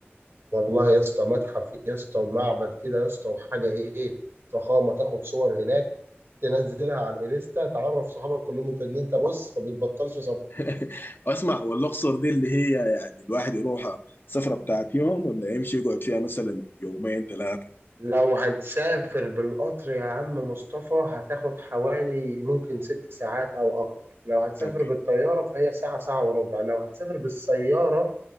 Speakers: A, on the right; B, on the left.
A: والله يا اسطى متحف يا اسطى ومعبد كده يا اسطى وحاجة إيه فخامة تاخد صور هناك تنزلها على الانستا تعرف صحابك كلهم انت ان انت بص ما بتبطلش سفر
B: <laughs> أسمع والأقصر دي اللي هي يعني الواحد يروحها سفرة بتاعت يوم ولا يمشي يقعد فيها مثلا يومين ثلاثة
A: لو هتسافر بالقطر يا عم مصطفى هتاخد حوالي ممكن ست ساعات أو أكتر لو هتسافر
B: أوكي
A: بالطيارة فهي ساعة ساعة وربع لو هتسافر بالسيارة